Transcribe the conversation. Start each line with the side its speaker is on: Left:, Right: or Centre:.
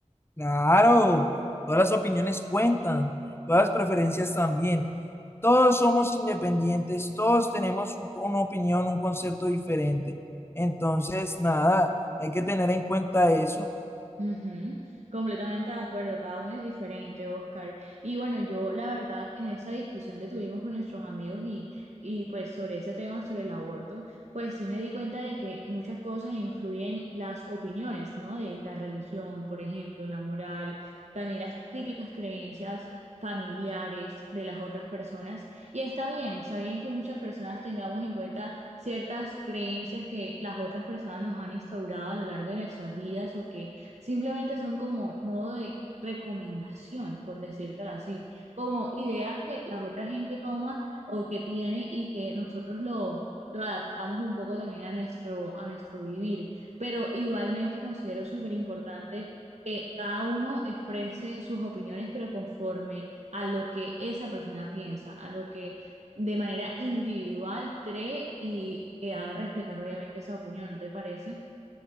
Left: Claro, todas las opiniones cuentan, todas las preferencias también. Todos somos independientes, todos tenemos un- una opinión, un concepto diferente. Entonces, nada, hay que tener en cuenta eso.
Right: Ujú, Completamente de acuerdo, cada uno es diferente, Oscar. Y bueno, yo la verdad en esa discusión que tuvimos con nuestros amigos y, y pues sobre ese tema, sobre el aborto, pues sí me di cuenta de que muchas cosas influyen las opiniones, ¿no? De la religión, por ejemplo, la moral, también las típicas creencias familiares de las otras personas. Y está bien, está bien que muchas personas tengamos en cuenta ciertas creencias que las otras personas nos han instaurado a lo largo de nuestras vidas o que Simplemente son como modo de recomendación, por decírtelo así, como ideas que la otra gente toma o que tiene y que nosotros lo, lo adaptamos un poco también a nuestro, a nuestro vivir. Pero igualmente considero súper importante que cada uno exprese sus opiniones, pero conforme a lo que esa persona piensa, a lo que de manera individual cree y, y que haga respetar obviamente esa opinión, ¿no te parece?